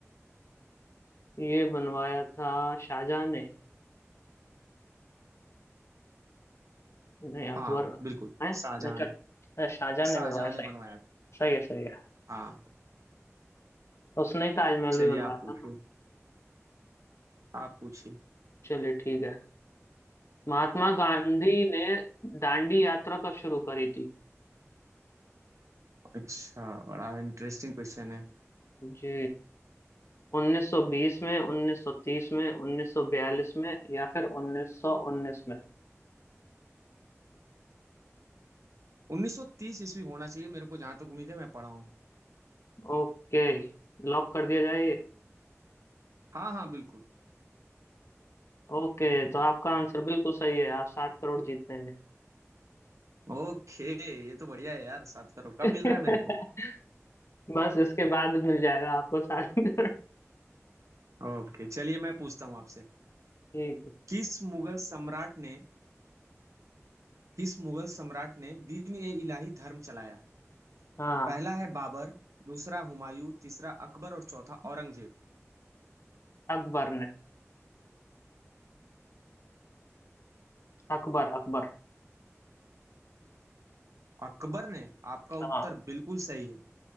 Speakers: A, on the left (about 60°); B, on the right (about 80°).
A: ये बनवाया था शाहजहां ने नहीं अकबर
B: हाँ बिल्कुल
A: है अच्छा
B: शाहजहां
A: अच्छा, शाहजहां ने
B: शाहजहां
A: बनवाया
B: ने
A: सही
B: बनवाया
A: सही है सही है
B: था हाँ
A: उसने ही ताजमहल
B: चलिए
A: भी बनवाया
B: आप
A: था
B: पूछिए
A: ना
B: आप पूछिए
A: चलिए ठीक है महात्मा गांधी ने दांडी यात्रा कब शुरू करी थी
B: अच्छा बड़ा इंटरेस्टिंग क्वेश्चन है
A: जी 1920 में 1930 में 1942 में या फिर 1919 में
B: 1930 ईस्वी होना चाहिए मेरे को जहां तक उम्मीद है मैं पढ़ा हूँ
A: ओके लॉक कर दिया जाए ये
B: हाँ हाँ बिल्कुल
A: ओके तो आपका आंसर बिल्कुल सही है आप सात करोड़ जीतते हैं
B: ओके ये तो बढ़िया है यार सात करोड़
A: <laughs>
B: कब मिल रहा है मेरे को
A: बस इसके बाद मिल जाएगा आपको सात
B: ओके चलिए मैं पूछता हूँ आपसे
A: ठीक है
B: किस मुगल सम्राट ने किस मुगल सम्राट ने दीन ए इलाही धर्म चलाया
A: हाँ
B: पहला है बाबर दूसरा हुमायूं तीसरा अकबर और चौथा औरंगजेब
A: अकबर ने अकबर अकबर
B: अकबर ने आपका
A: हाँ
B: उत्तर बिल्कुल सही है